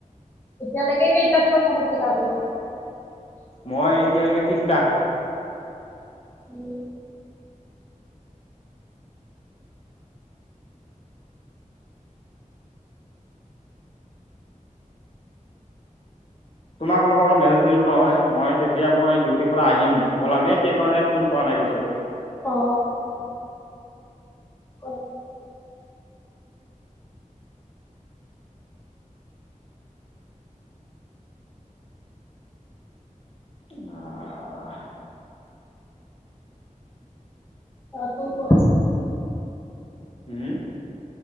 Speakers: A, on the left; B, on the left.
A: এতিয়ালৈকে কেইটাত কথা পাতি বোলো
B: মই এতিয়ালৈকে তিনটা
A: উম
B: তোমাক অলপ আগত মেছেজ দিলো নহয় মই তেতিয়া মই ডিউটিৰ পৰা আহিম মই সেই কাৰণে ফোন কৰা নাই পিছত
A: অ অ <unintelligible>
B: আহ
A: অ কোন কোন আছে
B: উম